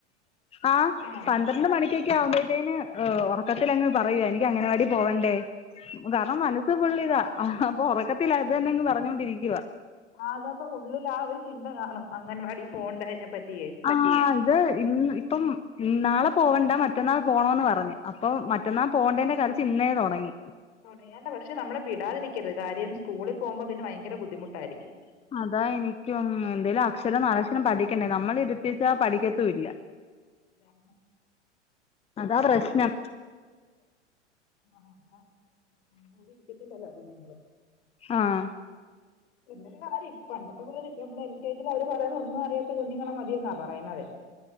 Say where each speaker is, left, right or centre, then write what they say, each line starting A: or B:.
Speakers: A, on the left; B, on the left.
A: ആ
B: ആഹ്
A: പന്ത്രണ്ട് മണിക്കൊക്കെ ആവുമ്പോത്തേന്. ഹ് ഒറക്കത്തിലങ്ങ് പറയാ എനിക്ക് അങ്ങനവാടി പോവണ്ടേ കാരണം മന പ്പൊ ഫുള്ളിതാ ഹ് ഒറക്കത്തില് അതന്നെങ്ങ് പറഞ്ഞൊണ്ടിരിക്കുവാ.
B: ആഹ് അതാപ്പൊ ഉള്ളിൽ ആ ഒരു ചിന്ത കാണും അംഗൻവാടി പോവേണ്ടതിനെ പറ്റിയേ.
A: ആഹ ഇത് ഇന്ന് ഇപ്പം ന്നാളെ പോവണ്ട മറ്റന്നാൾ പോണംന്ന് പറഞ്ഞ് അപ്പൊ മറ്റന്നാൾ പോകണ്ടേന്റെ കരച്ചിൽ ന്നേ തൊടങ്ങി.
B: ണിയേണ്ട പക്ഷെ നമ്മള് വിടാതിരിക്കരുത് കാര്യം സ്കൂളിപോവുമ്പോ പിന്നെ വയങ്കര ബുദ്ധിമുട്ടായിരിക്കും.
A: അതാ എനിക്കും എന്തേലും അക്ഷരം നാലക്ഷരം പഠിക്കണ്ടേ നമ്മള് ഇരുത്തിച്ചാ പഠിക്കത്തുംല്ല.
B: <unintelligible>
A: അതാ പ്രശ്നം.
B: ആഹ് ന്നാ നമ്മുടെ കൂടെ ഇരിക്കത്തില്ലല്ലോ കുഞ്ഞുങ്ങള്.
A: ആഹ്.
B: ഇന്നൊരു കാര്യം പണ്ടത്തെ. <unintelligible> റ്റേജിൽ അവര് പറയുന്നത് ഒന്നും അറിയാത്ത കുഞ്ഞുങ്ങളെ മതിയെന്നാ പറയുന്നതെ